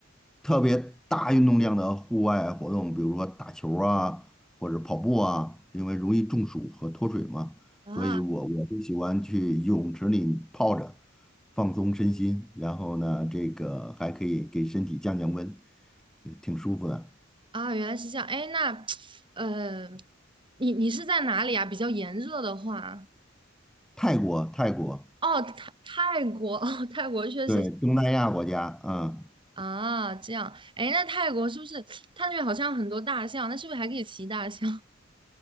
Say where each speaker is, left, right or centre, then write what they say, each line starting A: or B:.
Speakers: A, in the centre; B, on the right (about 25°).
A: 特别大运动量的户外活动，比如说打球啊，或者跑步啊，因为容易中暑和脱水嘛。
B: 啊
A: 所以我我就喜欢去泳池里泡着，放松身心，然后呢，这个还可以给身体降降温，呃挺舒服的。
B: 啊，原来是这样。哎，那 <tsk> 呃，你你是在哪里啊？比较炎热的话，
A: 泰国，泰国，
B: 哦，泰泰国，<laughs> 哦，泰国确实。
A: 对，东南亚国家，嗯。
B: 啊，这样，哎，那泰国是不是它那边好像很多大象？那是不是还可以骑大象？